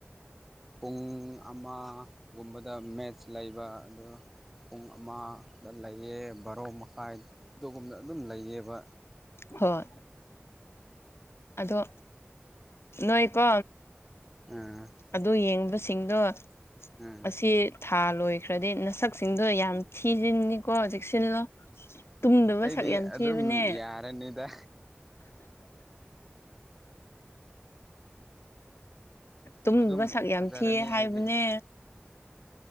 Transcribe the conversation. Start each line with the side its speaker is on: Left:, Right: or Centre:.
Centre: ꯄꯨꯡ ꯑꯃꯒꯨꯝꯕꯗ ꯃꯦꯠꯆ ꯂꯩꯕ ꯑꯗꯨ ꯄꯨꯡ ꯑꯃ ꯗ ꯂꯩꯑ ꯕꯥꯔꯣ ꯃꯈꯥꯏ ꯑꯗꯨꯒꯨꯝꯕꯅ ꯑꯗꯨꯝ ꯂꯩꯑꯕ
Left: ꯍꯣꯏ ꯑꯗꯣ ꯅꯣꯏꯀꯣ
Centre: ꯎꯝ
Left: ꯑꯗꯨ ꯌꯦꯡꯕꯁꯤꯡꯗꯣ
Centre: ꯎꯝ
Left: ꯑꯁꯤ ꯊꯥ ꯂꯣꯏꯈ꯭ꯔꯗꯤ ꯅꯁꯛꯁꯤꯡꯗꯣ ꯌꯥꯝ ꯊꯤꯖꯤꯟꯅꯤꯀꯣ ꯍꯧꯖꯤꯛ ꯁꯤꯜꯂꯣ ꯇꯨꯝꯗꯕ
Centre: ꯑꯩꯗꯤ
Left: ꯁꯛ ꯌꯥꯝ
Centre: ꯑꯗꯨꯝ
Left: ꯊꯤꯕꯅꯦ
Centre: ꯌꯥꯔꯅꯤꯗ
Left: ꯇꯨꯝ
Centre: ꯑꯗꯨꯝ
Left: ꯃꯁꯛ ꯌꯥꯝ
Centre: ꯐꯖꯔꯅꯤ
Left: ꯊꯤꯌꯦ ꯍꯥꯏꯕꯅꯦ
Centre: ꯑꯩꯗꯤ